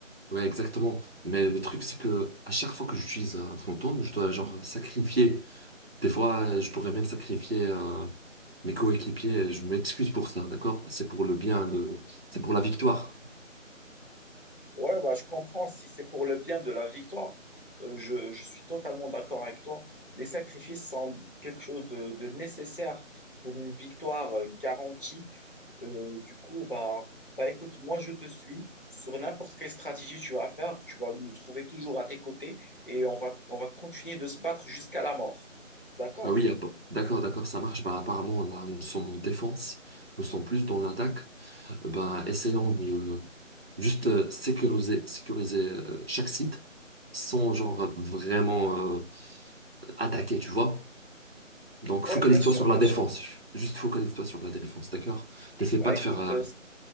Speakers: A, on the right; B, on the left.
A: Ouais, exactement. Mais le truc, c'est que à chaque fois que j'utilise un fantôme, je dois genre sacrifier. Des fois, euh, je pourrais même sacrifier euh, mes coéquipiers. Je m'excuse pour ça, d'accord? C'est pour le bien, le... c'est pour la victoire.
B: Ouais, bah, je comprends. Si c'est pour le bien de la victoire, euh, je, je suis totalement d'accord avec toi. Les sacrifices sont quelque chose de, de nécessaire pour une victoire euh, garantie. Euh, du coup, bah, bah, écoute, moi, je te suis. Sur n'importe quelle stratégie tu vas faire, tu vas me trouver toujours à tes côtés et on va, on va continuer de se battre jusqu'à la mort. D'accord?
A: Ah oui, ah, d'accord, d'accord, ça marche. Bah, apparemment, là, nous sommes en défense. Nous sommes plus dans l'attaque. Ben, essayons de juste euh, sécuriser, sécuriser euh, chaque site sans genre vraiment euh, attaquer, tu vois? Donc,
B: Ouais,
A: focalise-toi
B: bien sûr,
A: sur
B: bien
A: la défense.
B: sûr.
A: Juste focalise-toi sur la défense, d'accord? N'essaie
B: Bah,
A: pas
B: écoute,
A: de faire, euh,
B: euh,